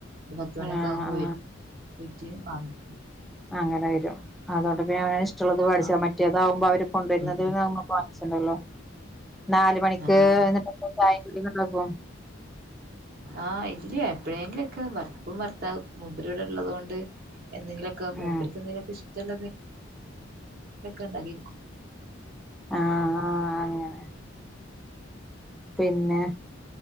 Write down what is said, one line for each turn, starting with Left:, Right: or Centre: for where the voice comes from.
Right: ഒരു പത്ത് മണിയൊക്കെ
Centre: ആഹ്
Right: ആകുമ്പോ
Centre: ആഹ്
Right: വരും പറ്റിയെ വാങ്ങിക്കും.
Centre: അങ്ങനെ വരും അതുകൊണ്ട് പിന്നെ അവന ഇഷ്ടമുള്ളത് പഠിച്ച
Right: ആഹ്
Centre: മറ്റേതാാവുമ്പോ അവര് കൊണ്ടുവരുന്നുന്നത്
Right: ഉം ഉം
Centre: നമ്മ ണ്ടല്ലോ നാല മണിക്ക്
Right: ആഹ് ആഹ്
Centre: എന്നിട്ട ചായ കടിണ്ടാക്കും
Right: ആഹ ഇല്ല എപ്പഴെങ്കിലുംക്കെ ഭർ ഭർത്താവ് മൂപ്പർ ഇവിടെ ഉള്ളത് കൊണ്ട് എന്തെങ്കിലുമൊക്കെ മൂപ്പരക്ക്
Centre: ആഹ്
Right: എന്തെങ്കലൊക്കെ ഇഷ്ടമുള്ളത്ലൊക്കെ <inaudible> ഉണ്ടാക്കി
Centre: ആഹ ആ അങ്ങനെ പിന്നെ